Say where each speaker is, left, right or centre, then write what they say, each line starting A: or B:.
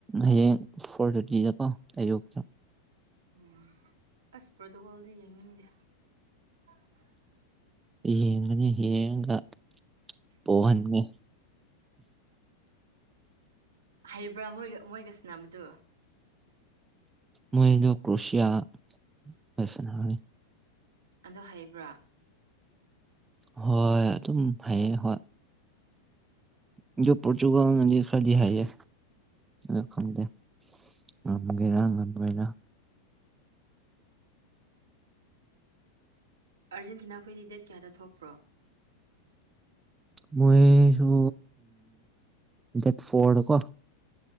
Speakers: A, on the right (about 20°); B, on the right (about 80°).
A: ꯍꯌꯦꯡ ꯐꯣꯔ ꯊꯥꯔꯇꯤꯗꯀꯣ ꯑꯌꯨꯛꯇ
B: ꯎꯝ ꯑꯁ ꯄ꯭ꯔꯣꯇꯣꯀꯣꯜꯗꯤ ꯌꯦꯡꯅꯤꯡꯗꯦ ꯑ <inaudible>
A: ꯌꯦꯡꯒꯅꯤ ꯌꯦꯡꯉꯒ ꯄꯣꯛꯍꯟꯅꯤ
B: ꯍꯩꯕ꯭ꯔꯥ ꯃꯣꯏꯒ ꯃꯣꯏꯒ ꯁꯥꯟꯅꯕꯗꯣ
A: ꯃꯣꯏꯗꯣ ꯀ꯭ꯔꯣꯁꯤꯌꯥꯁꯒ ꯁꯥꯟꯅꯩ
B: ꯑꯗꯨ ꯍꯩꯕ꯭ꯔꯥ
A: ꯍꯣꯏ ꯑꯗꯨꯝ ꯍꯩꯌꯦ ꯍꯣꯏ ꯑꯗꯣ ꯄꯣꯔꯇꯨꯒꯥꯜꯅꯗꯤ ꯈꯔ ꯍꯩꯌꯦ ꯑ ꯈꯪꯗꯦ ꯉꯝꯒꯦꯔꯥ ꯉꯝꯃꯣꯏꯔꯥ
B: ꯑꯥꯔꯦꯟꯇꯤꯅꯥ ꯈꯣꯏꯗꯤ ꯗꯦꯠ ꯀꯌꯥꯗ ꯊꯣꯛꯄ꯭ꯔꯣ
A: ꯃꯣꯏꯁꯨ ꯗꯦꯠ ꯐꯣꯔꯗ ꯀꯣ